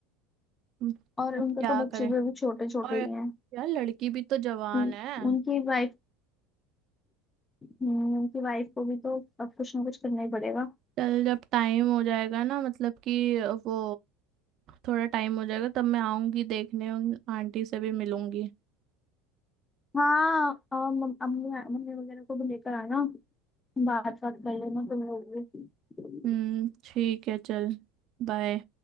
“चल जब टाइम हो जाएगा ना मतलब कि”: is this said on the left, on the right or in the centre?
Right